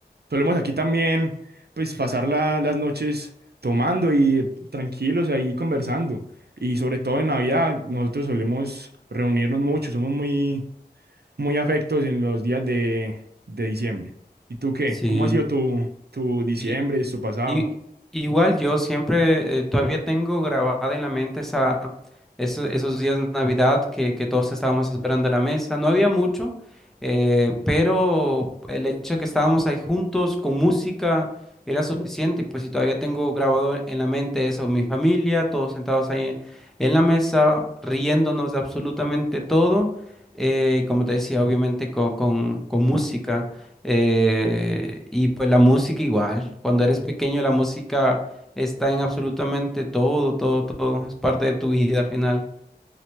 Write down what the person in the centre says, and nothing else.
Sí.
Y,
Y, igual yo siempre, eh, todavía tengo grabada en la mente esa, eso- esos días de Navidad que, que todos estábamos esperando en la mesa. No había mucho, eh, pero el hecho de que estábamos ahí juntos con música era suficiente. Y pues si todavía tengo grabado en la mente eso, mi familia, todos sentados ahí en la mesa, riéndonos de absolutamente todo. eh, y como te decía, obviamente co- con, con música. Eh, y pues la música igual. Cuando eres pequeño, la música está en absolutamente todo, todo, todo. Es parte de tu vida al final.